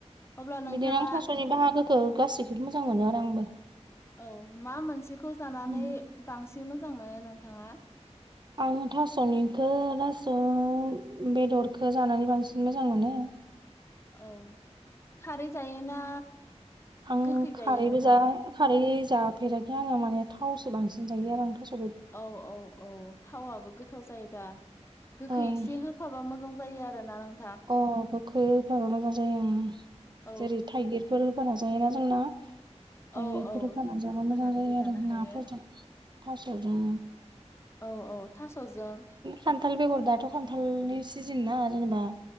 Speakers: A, on the left; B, on the right.
A: अब्ला नोंथाङा
B: बिदिनो आं थास'नि बाहागोखौ गासैखौबो मोजां मोनो आरो आंबो।
A: औ मा मोनसेखौ जानानै
B: उम
A: बांसिन मोजां मोनो नोंथांङा
B: आङो थास'निखौ थास' बेदरखौ जानानै बांसिन मोजां मोनो।
A: औ खारै जायो ना
B: आं
A: गोखै
B: खारैबो
A: जायो नोंथां?
B: जा खारै जाफेराखै आंङो माने थावसो बांसिन जायो आरो आं थास'खौ
A: औ औ औ थावआबो गोथाव जायो दा गोखै
B: ओं
A: एसे हो फाबा मोजां जायो आरो ना नों।
B: अ गोखो होफाबा मोजां जायो ओम
A: औ
B: जेरै थाइगिरफोर होबा नाजायोना जोंना
A: औ
B: थाइगिरफोर
A: औ
B: होननानै
A: थाइगिर
B: जाबा
A: होफानानैबो
B: मोजां जायो
A: जानो
B: आरो
A: हायो
B: नाफोरजों थास' जों
A: औ औ थास'जों
B: खान्थाल बेगर दाथ' खान्थालनि सिजोनना जेनेबा